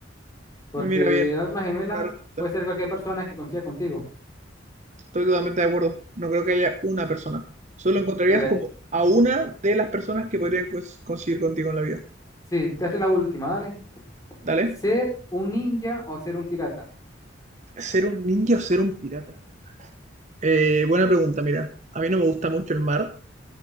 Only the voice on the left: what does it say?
Porque
el alma gemela
puede ser cualquier persona que coincida contigo.
Dale,
sí, te hace la última, dale.
Ser un ninja o ser un pirata.